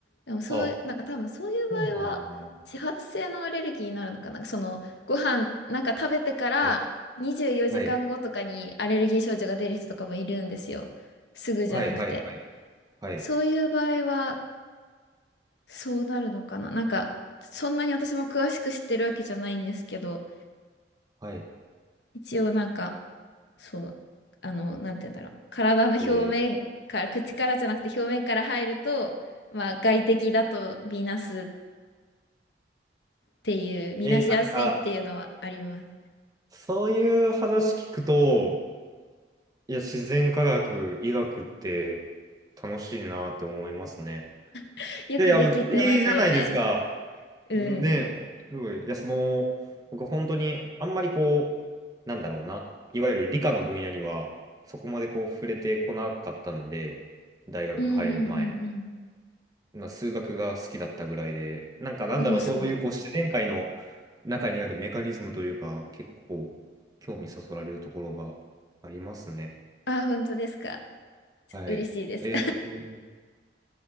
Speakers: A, on the left; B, on the right.
A: でもそういう、
B: あ、
A: なんか多分そういう場合は自発性のアレルギーになるのかな。
B: そうなんだ。は
A: そのご飯なんか食べてから24時間後とかにアレルギー症状が出る人とかもいるんですよ。
B: い。は
A: すぐじゃなくて。
B: い。はい。はい。はい。
A: そういう場合はそうなるのかな。なんかそんなに私も詳しく知ってるわけじゃないんですけど。
B: はい。
A: 一応なんか、そう、あの、なんて言うんだろう。体の表面から、
B: えー、
A: 口からじゃなくて表面から入ると、まあ外敵だと見なすっていう、見なしやすいっていうのはあります。
B: えーなんか、そういう話聞くと、いや、自然科学、医学って楽しいなって思いますね。
A: <laughs> よくできてますよね。
B: でいや、不思議じゃないですか。
A: うん。
B: ね、面白い。いや、その、僕本当にあんまりこう、なんだろうな、いわゆる理科の分野にはそこまでこう触れてこなかったんで、大学入る前も、
A: うんうんうん
B: まあ、数学が好きだったぐらいで、なんかなんだろう、
A: うん。おお、すごい。
B: そういうこう自然界の中にあるメカニズムというか、結構興味そそられるところがありますね。
A: あ、本当ですか。ちょっと嬉しいです。
B: はい。えー